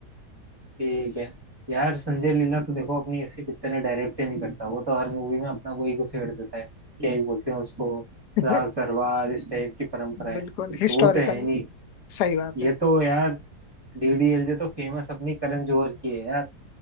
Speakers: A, on the right; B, on the left.
A: ठीक है यार संजय लीला तो देखो अपनी ऐसी पिक्चर है डायरेक्ट ही नहीं करता वो तो हर मूवी में अपना वही घुसेड़ देता है क्या ही बोलते हैं उसको
B: <laughs>
A: राज दरबार इस टाइप की परंपराएं
B: बिल्कुल
A: तो
B: हिस्टोरिकल
A: वो तो है नहीं
B: सही बात
A: ये
B: है
A: तो यार डीडीएलजे तो फेमस अपनी करण जौहर की है यार